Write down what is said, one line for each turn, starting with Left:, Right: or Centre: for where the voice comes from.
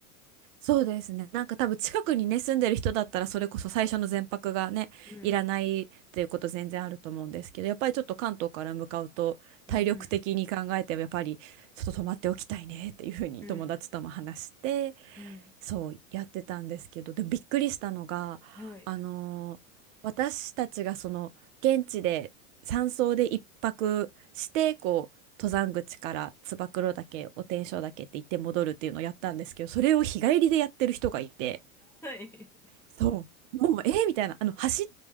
Right: そうですね。なんか多分近くにね、住んでる人だったらそれこそ最初の全泊がね、
Centre: うん、
Right: いらないっていうこと全然あると思うんですけど、やっぱりちょっと関東から向かうと体力的に考えてもやっぱりちょっと泊まっておきたいねっていうふうに友達とも話して、
Centre: うん、うん、うん、うん。
Right: そうやってたんですけどでびっくりしたのがあのー私たちがその現地で山荘で一泊してこう登山口から燕岳お天正岳って行って戻るっていうのをやったんですけどそれを日帰りでやってる人がいて
Centre: はい。はい。
Right: そうもうえー、みたいなあの走